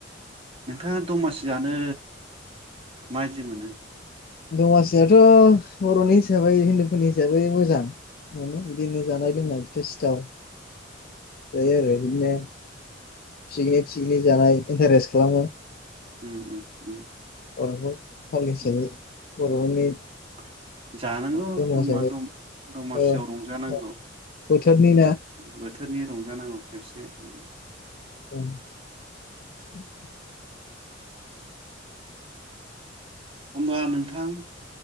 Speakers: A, on the right; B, on the left.
A: नोंथाङा दमासि जानो माबायदि मोनो?
B: दमासियाथ' बर'नि हिसाबै हिन्दुफोरनि हिसाबै मोजां मोनो बिदिनो जानाय लोंनाय फिथा सिथाव जायो आरो बिदिनो फिगनिक थिगिनिक जानाय। इन्टारेस्ट खालामो।
A: उम उम उम
B: बर'फोर फालिनाय हिसाबै
A: उम
B: बर'नि
A: उम जानांगौ
B: धर्म
A: दामा
B: हिसाबै
A: दम दमासियाव
B: औ
A: रंजानांगौ
B: औ बोथोरनि ना
A: बोथोरनि रंजानांगौ खेबसे ओ
B: द <inaudible>
A: होमबा नोंथां।